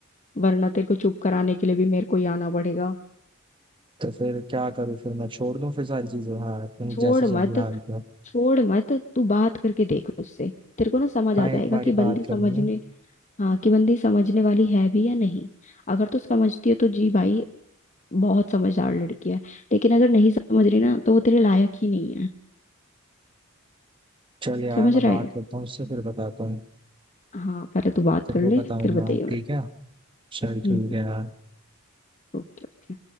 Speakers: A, on the left; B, on the right.
A: वरना तेरे को चुप कराने के लिए भी मेरे को ही आना पड़ेगा
B: तो फिर क्या करूँ फिर मैं छोड़ दूँ फिर सारी चीजें हाँ अपनी
A: छोड़
B: जैसे चल
A: मत
B: रही हाल पर
A: छोड़ मत तू बात करके देख उससे तेरे को ना समझ आ
B: हाँ
A: जाएगा
B: एक बार
A: कि
B: ही
A: बंदी
B: बात
A: समझने
B: करनी है
A: हाँ कि बंदी समझने वाली है भी या नहीं अगर तो समझती है तो जी भाई बहुत समझदार लड़की है लेकिन अगर नहीं समझ रही ना तो वो तेरे लायक ही नहीं है
B: चल यार
A: समझ
B: मैं
A: रहा
B: बात
A: है
B: करता हूँ उससे फिर बताता हूँ
A: हाँ पहले तू बात
B: तेरे
A: कर
B: को
A: ले
B: बताऊंगा
A: फिर बताइए मेरे
B: ठीक है चल
A: हम्म
B: ठीक है यार
A: Okay okay